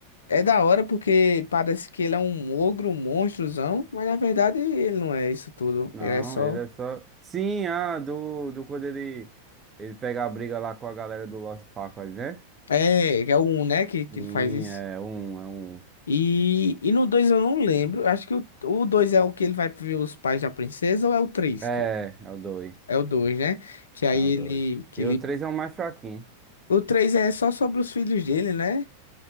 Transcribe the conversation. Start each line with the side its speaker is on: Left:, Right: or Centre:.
Left: é da hora porque parece que ele é um ogro, um monstrozão, mas na verdade ele não é isso tudo.
Right: Não,
Left: Ele é só.
Right: ele é só. Sim, ah, do, do quando ele, ele pega a briga lá com a galera do Lost Faquad, né?
Left: É, é o 1, né, que, que
Right: Sim,
Left: ele faz isso.
Right: é um, é um.
Left: E, e no 2 eu não lembro. Acho que o, o 2 é o que ele vai ver os pais da princesa ou é o três
Right: É, é o dois.
Left: É o dois né? Que aí
Right: É o
Left: ele,
Right: dois.
Left: que
Right: E
Left: ele
Right: o três é o mais fraquinho.
Left: O 3 é só sobre os filhos dele, né?